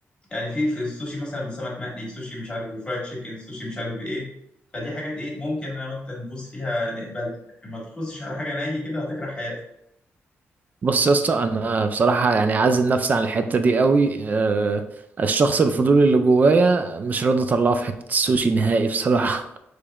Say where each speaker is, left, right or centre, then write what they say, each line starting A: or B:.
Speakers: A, on the left; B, on the right.
A: يعني في في السوشي مثلا بسمك مقلي سوشي مش عارف بفرايد تشيكن سوشي مش عارف بايه فدي حاجات ايه ممكن انا وانت ندوس فيها نقبلها لكن ما تخصش على حاجه ني كده هتكره حياتك
B: بص يا اسطى انا بصراحه يعني عازل نفسي عن الحته دي قوي آه الشخص الفضولي اللي جوايا مش راضي اطلعه في حته السوشي نهائي بصراحه